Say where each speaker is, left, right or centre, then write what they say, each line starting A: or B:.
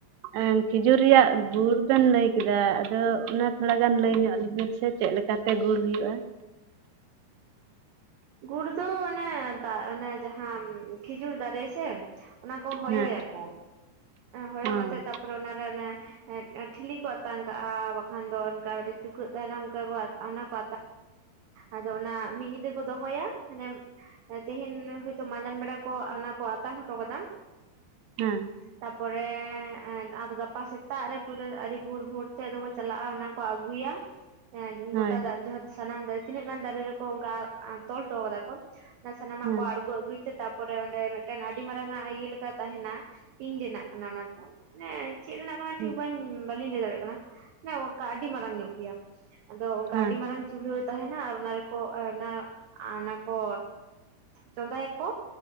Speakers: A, on the right; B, on the right.
A: ᱮᱸ ᱠᱷᱤᱡᱩᱨ ᱨᱮᱭᱟᱜ ᱫᱩᱨ ᱯᱮᱱ ᱞᱟᱹᱭ ᱠᱮᱫᱟ ᱟᱫᱚ ᱚᱱᱟ ᱛᱷᱚᱲᱟ ᱜᱟᱱ ᱞᱟᱹᱭ ᱧᱚᱜ ᱞᱤᱧᱟᱹ ᱥᱮ ᱪᱮᱫ ᱞᱮᱠᱟᱛᱮ ᱜᱩᱲ ᱦᱩᱭᱩᱜᱼᱟ᱾
B: ᱜᱩᱲ ᱫᱚ ᱚᱱᱮ ᱫᱟᱜᱽᱱᱚᱱᱮ ᱡᱟᱦᱟᱸ ᱠᱷᱤᱡᱩᱨ ᱫᱟᱨᱮ ᱥᱮ, ᱚᱱᱟ ᱠᱚ ᱦᱚᱭᱚᱭᱟᱠᱚ
A: ᱦᱮᱸ
B: ᱦᱚᱭᱚ
A: ᱦᱚᱸ
B: ᱠᱟᱛᱮᱜ ᱛᱟᱯᱚᱨᱮ ᱚᱱᱟᱨᱮ ᱚᱱᱮ, ᱴᱷᱤᱞᱤ ᱠᱚ ᱟᱛᱟᱝ ᱠᱟᱜᱼᱟ ᱵᱟᱠᱷᱟᱱ ᱫᱚ ᱚᱱᱠᱟ ᱢᱤᱫᱹᱜᱴᱮᱜ ᱪᱩᱠᱟᱹᱜ ᱛᱟᱦᱮᱱᱟ ᱚᱱᱠᱟ ᱠᱚ ᱚᱱᱟ ᱠᱚ, ᱟᱫᱚ ᱚᱱᱟ ᱢᱤᱫ ᱧᱤᱫᱟᱹ ᱠᱚ ᱫᱚᱦᱚᱭᱟ ᱢᱟᱱᱮ ᱛᱮᱦᱮᱧ, ᱟᱫᱚ ᱢᱟᱡᱟᱸᱡᱟᱱ ᱵᱮᱲᱟ ᱠᱚ ᱚᱱᱟ ᱠᱚ ᱟᱛᱟᱝ ᱦᱚᱴᱚ ᱠᱟᱫᱟᱜ᱾
A: ᱦᱮᱸ,
B: ᱛᱟᱯᱚᱨᱮ ᱟᱫᱚ ᱜᱟᱯᱟ ᱥᱮᱛᱟᱜ ᱨᱮ ᱯᱩᱨᱟᱹ ᱟᱹᱰᱤ ᱵᱷᱳᱨ ᱵᱷᱳᱨ ᱛᱮ ᱫᱚᱠᱚ ᱪᱟᱞᱟᱜᱼᱟ ᱚᱱᱟ᱾ ᱠᱚ ᱟᱜᱩᱭᱟ᱾ ᱦᱮᱸ
A: ᱦᱳᱭ
B: ᱜᱚᱴᱟ ᱫᱟᱜᱽ ᱡᱟᱦᱟᱸ ᱥᱟᱱᱟᱢ ᱫᱟᱨᱮ ᱛᱤᱱᱟᱹᱜ ᱜᱟᱱ ᱫᱟᱨᱮ ᱨᱮᱠᱚ ᱛᱚᱞ ᱦᱚᱴᱚ ᱠᱟᱫᱟ ᱠᱚ, ᱥᱟᱱᱟᱢᱟᱜ
A: ᱦᱮᱸ
B: ᱠᱚ ᱟᱬᱜᱚ ᱟᱹᱜᱩᱭ, ᱛᱟᱯᱚᱨᱮ ᱚᱸᱰᱮ ᱢᱤᱫᱴᱟᱝ ᱟᱹᱰᱤ ᱢᱟᱨᱟᱝ ᱟ ᱤᱭᱟᱹ ᱞᱮᱠᱟ ᱛᱟᱦᱮᱱᱟ ᱴᱤᱝ ᱨᱮᱱᱟᱜ ᱠᱟᱱᱟ ᱚᱱᱟ ᱫᱚ᱾ ᱪᱮᱫ ᱨᱮᱱᱟᱜ ᱠᱟᱱᱟ ᱴᱷᱤᱠ
A: ᱦᱮᱸ
B: ᱵᱟᱹᱞᱤᱧ ᱞᱟᱹᱭ ᱫᱟᱲᱮᱭᱟᱜ ᱠᱟᱱᱟ ᱚᱱᱠᱟ ᱟᱹᱰᱤ ᱢᱟᱨᱟᱝ ᱧᱚᱜ ᱜᱮᱭᱟ᱾ ᱟᱫᱚ ᱚᱱᱠᱟ
A: ᱦᱮᱸ
B: ᱟᱹᱰᱤ ᱢᱟᱨᱟᱝ ᱪᱩᱞᱦᱟᱹ ᱛᱟᱦᱮᱱᱟ ᱟᱨ ᱚᱱᱟ ᱨᱮᱠᱚ ᱚᱱᱟ ᱚᱱᱟ ᱠᱚ, ᱪᱚᱫᱟᱭᱟ ᱠᱚ